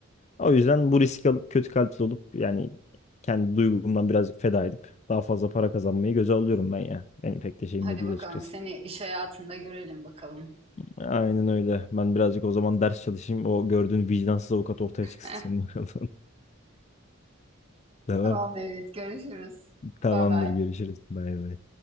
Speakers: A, on the left; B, on the right.
A: O yüzden bu riski alıp kötü kalpli olup yani kendi duygumdan birazcık feda edip daha fazla para kazanmayı göze alıyorum ben ya. Benim pek de şeyim
B: Hadi
A: de değil
B: bakalım
A: açıkçası.
B: seni iş hayatında görelim bakalım.
A: Aynen öyle. Ben birazcık o zaman ders çalışayım. O gördüğün vicdansız avukat ortaya çıksın
B: <laughs>
A: senin bakalım. <laughs> Tamam.
B: Tamam evet görüşürüz.
A: Tamamdır.
B: Bay bay.
A: Görüşürüz. Bay bay.